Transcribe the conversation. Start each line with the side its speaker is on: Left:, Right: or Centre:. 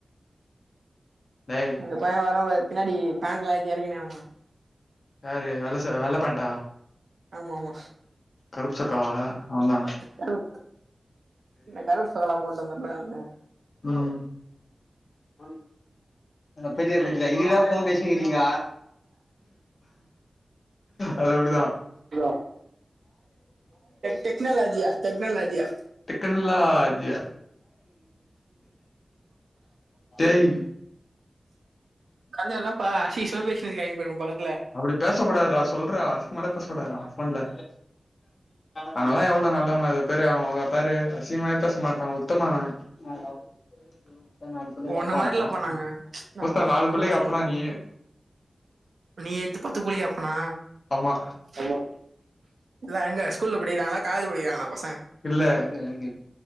Left: டேய்
Right: இந்த பைய வேற பின்னாடி பேண்ட்லா ஏத்தி எறக்கினுக்கா
Left: யாரு வெள்ள ச வெள்ள பேண்ட்டா
Right: ஆமா ஆமா
Left: கருப்பு சொக்காவா அவந்தா
Right: கருப்பு இந்த கருப்பு சொக்காலா போட்டு வந்துட்டு இருக்கானே
Left: ம் வன் எடா <unintelligible> எங்கடா ஃபோன் பேசிக்கிறீங்க அது அப்டிதா
Right: ப்ரோ டெக்னலாஜியா டெக்னலாஜியா
Left: டெக்னலாஜியா டேய்
Right: கல்லா என்ன பா அசிங்க அசிங்கமா பேசினு இருக்காய்ங்க பாரு ஓ பக்கத்
Left: அப்டி பேசக் கூடாதுடா சொல்றா அசிங்கமா எல்லா பேசக் கூடாதுடா ஃபோன்ல நாங்கலா எவ்ளோ நல்லவங்க அது பாரு அவங்க பாரு அசிங்கமாவே பேச மாட்டா உத்தம அவ நாலு புள்ளைக்கு
Right: உன்ன
Left: அப்பா
Right: மாரி
Left: ஆவுவா
Right: இல்லப்பா நாங்க நா
Left: முசா நாலு
Right: நல்ல
Left: புள்ளைக்கு
Right: பசங்கப்பா
Left: அப்பனா நீயி
Right: நீ எத்து பத்து புள்ளைக்கு அப்பனா
Left: ஆமா
Right: ஆமா எல்லா எங்க ஸ்கூல்ல படிக்கிறாங்களா காலேஜு படிக்கிறாங்களா பசங்
Left: இல்ல எ எ